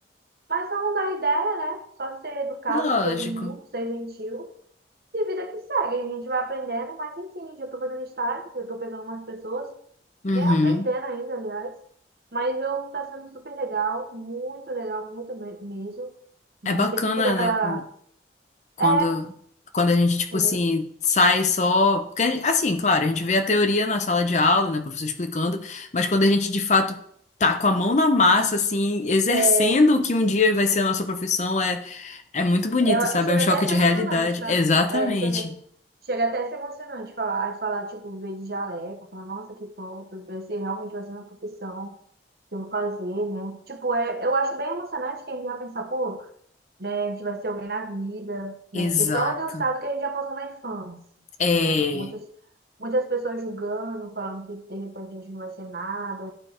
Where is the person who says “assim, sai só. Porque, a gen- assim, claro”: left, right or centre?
Left